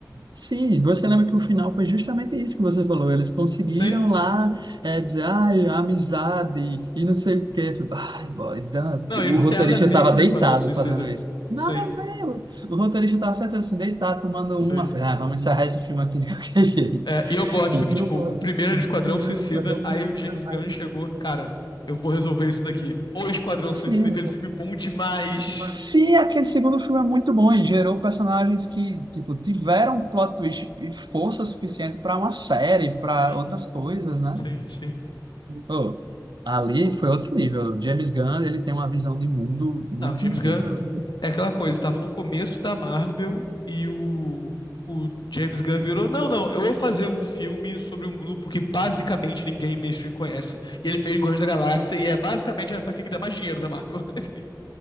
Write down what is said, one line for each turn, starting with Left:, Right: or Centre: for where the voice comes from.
Right: Sim, você lembra que o final foi justamente isso que você falou. Eles conseguiram
Left: Sim.
Right: lá eh, dizer, ai, amizade e não sei o quê. Eu falei, Ai, boy, Dan-"
Left: Não, ele
Right: o
Left: não
Right: roteirista
Left: tem nada a ver
Right: estava
Left: com
Right: deitado
Left: o Esquadrão Suicida.
Right: fazendo isso. Nada
Left: Sim.
Right: a ver. O roteirista estava certo assim, deitado, tomando uma.
Left: Sim.
Right: Eu falei, Ah, vamos encerrar esse filme aqui de qualquer <laughs> jeito.
Left: É, e eu gosto
Right: É, Tipo,
Left: que, tipo,
Right: eu gosto.
Left: o primeiro
Right: O
Left: era Esquadrão
Right: primeiro
Left: Suicida,
Right: que eu não
Left: aí
Right: precisa,
Left: o James Gunn
Right: aí
Left: chegou,
Right: eu
Left: cara, eu vou resolver isso daqui. O Esquadrão
Right: sim.
Left: Suicida fez um filme bom demais.
Right: Se aquele segundo filme é muito bom e gerou personagens que, tipo, tiveram plot twist e força suficiente para uma série, para
Left: Sim,
Right: outras coisas, né?
Left: sim, sim.
Right: Oh, ali foi outro nível. James Gunn, ele tem uma visão de mundo muito
Left: Não, o James
Right: incrível.
Left: Gunn é aquela coisa, tava no começo da Marvel e o, o James Gunn virou, não, não, eu vou fazer um filme sobre um grupo que basicamente ninguém mainstream conhece. E ele fez Guardiões da Galáxia e é basicamente a franquia que dá mais dinheiro da Marvel. <laughs>